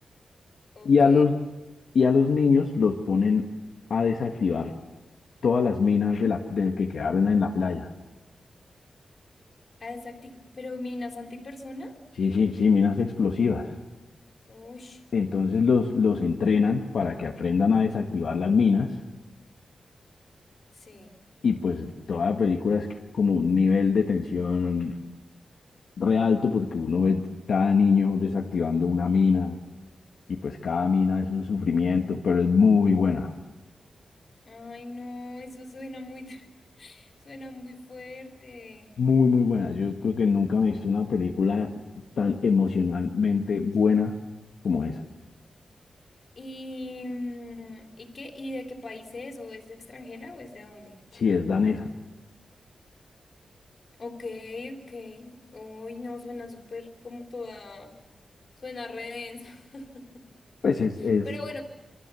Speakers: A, on the left; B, on the left.
A: Ok.
B: Y a los, y a los niños los ponen a desactivar todas las minas de la, de que quedaron en la playa.
A: Ah, es acti- ¿Pero minas antipersona?
B: Sí, sí, sí, minas explosivas.
A: Uy,
B: Entonces los, los entrenan para que aprendan a desactivar las minas
A: sí.
B: Y pues toda película es como un nivel de tensión re alto porque uno ve cada niño desactivando una mina y pues cada mina es un sufrimiento, pero es muy buena,
A: Ay, no, eso suena muy, <laughs> suena muy fuerte.
B: muy, muy buena. Yo creo que nunca me he visto una película tan emocionalmente buena como esa.
A: ¿Y, mm, y qué? ¿Y de qué país es? ¿O es de extranjera o es de dónde?
B: Si es danesa,
A: Ok, ok. Uy, no, suena súper como toda, suena re densa. <laughs>
B: pues es, es,
A: Pero bueno,